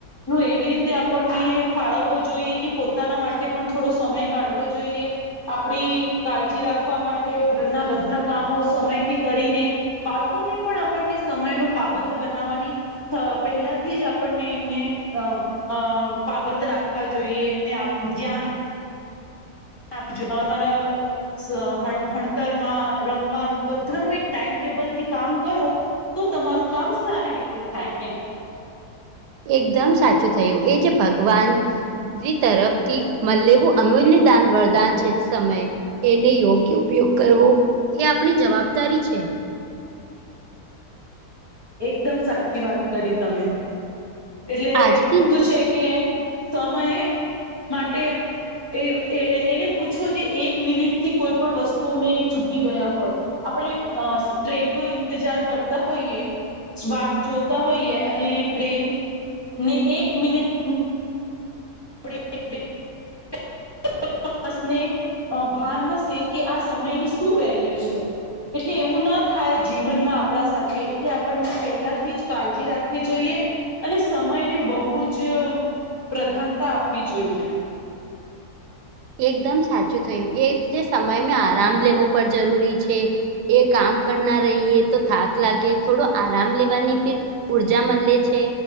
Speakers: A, on the left; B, on the right.
A: નો એવી રીતે કે આપણને ફાળવવો જોઈએ કે પોતાના માટે પણ થોડો સમય કાઢવો જોઈએ. આપણી કાળજી રાખવા માટે ઘરના બધા કામો સમયથી કરીને બાળકોને પણ આપણને સમય નુ પાબંદ બનાવવાની. અ પહેલાથી જ આપણને એમને અ અ પાબંદ રાખવા જોઈએ એમને આ જાન આપજો અમારા સ હ ભણતરમાં રમવાનું બધું એક ટાઈમ ટેબલથી કામ કરો તો તમારું કામ સારી રીતે થાય એ
B: એકદમ સાચું થયું એ જે ભગવાન બીજી તરફથી મલેવું અમૂલ્ય દાન વરદાન છે સમય. એને યોગ્ય ઉપયોગ કરવો એ આપણી જવાબદારી છે.
A: એકદમ સાચી વાત કરી તમે. એટલે
B: આજથી
A: શું છે કે સમય માટે એ એને પૂછો જે એક મિનિટથી કોઈ પણ વસ્તુને ચૂકી ગયા હોય. આપણે ટ્રેનનો ઇંતજાર કરતા હોઈએ સ્વાટ જોતા હોઈએ અને ટ્રેનને એક મિનિટ <inaudible> <inaudible> સને ભાન હશે કે આ સમયની શું વેલ્યુ છે. એટલે એવું ના થાય જીવનમાં આપણા સાથે એટલે આપણને પહેલાથી જ કાળજી રાખવી જોઈએ. અને સમયને બહુ જ અ પ્રધાનતા આપવી જોઈએ.
B: એકદમ સાચું થયું એ જે સમય મે આરામ લેવો પણ જરૂરી છે, એ કામ કરના રહીએ તો થાક લાગે, થોડો આરામ લેવાની ફીર ઉર્જા મલે છે.